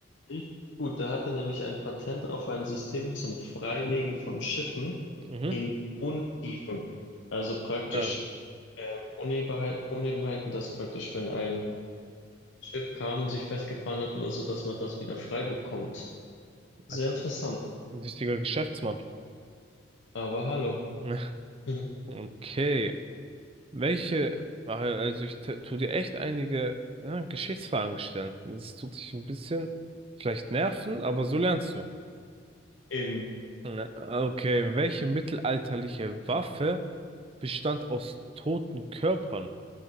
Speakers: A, on the left; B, on the right.
A: richtig gut. Der hatte nämlich ein Patent auf ein System zum Freilegen von Schiffen
B: Mhm.
A: in Untiefen. Also praktisch
B: Ja,
A: ähm, Unebenheit, Unebenheiten, dass praktisch, wenn ein Schiff kam und sich festgefahren hat oder so, dass man das wieder frei bekommt. Sehr
B: Alter,
A: interessant.
B: ein richtiger Geschäftsmann.
A: Aber hallo.
B: <laughs>
A: Mhm.
B: Okay. Welche, also ich t- tu dir echt einige ja, Geschichtsfragen stellen. Das tut dich ein bisschen vielleicht nerven, aber so lernst du.
A: Eben.
B: Äh, Okay, welche mittelalterliche Waffe bestand aus toten Körpern?